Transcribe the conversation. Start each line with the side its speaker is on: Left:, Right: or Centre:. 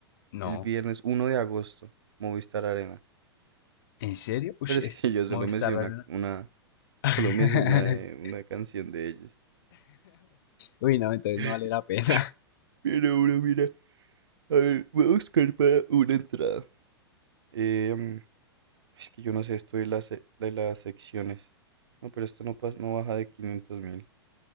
Left: No,
Right: El viernes uno de agosto, Movistar Arena.
Left: ¿en serio? Ush,
Right: Pero es
Left: es
Right: que <laughs> yo
Left: Movistar
Right: solo me sé una,
Left: Arena.
Right: una,
Left: <laughs>
Right: solo me sé una, de- una canción de ellos.
Left: Uy, no, entonces
Right: <laughs>
Left: no vale la pena.
Right: Pero bueno, mira, a ver, voy a buscar para una entrada. Em, Es que yo no sé esto de las, eh, de las secciones. No, pero esto no, pasa, no baja de quinientos mil.